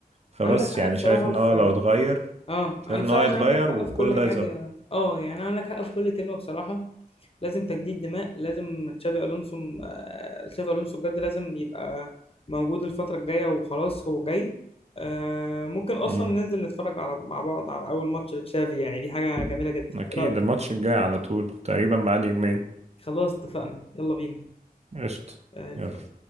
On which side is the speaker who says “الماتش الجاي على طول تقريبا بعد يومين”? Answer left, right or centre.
Right